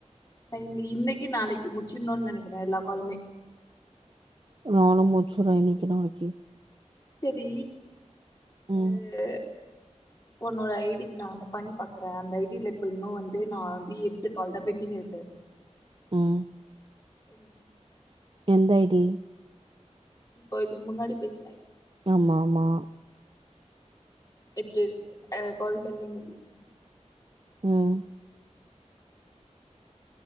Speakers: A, on the left; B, on the right.
A: நா இன்னைக்கி இன்னைக்கு நாளைக்கு முச்சிடும்ன்னு நெனக்கிறே எல்லா காலுமே
B: நானு முடிச்சிருவே இன்னைக்கி நாளைக்கி
A: செரி அது
B: ம்
A: உன்னோட ஐடிக்கு நா வந்து பண்ணி பாக்குறே அந்த ஐடில இப்ப இன்னு வந்து நா வந்து எட்டு கால்தா பெண்டிங்ல இருக்கு
B: ம்
A: ம்
B: எந்த ஐ டி
A: இப்போ இதுக்கு முன்னாடி பேசின ஐ டி
B: ஆமா ஆமா
A: எட்டு கால் பெண்டிங் இருக்கு
B: ம்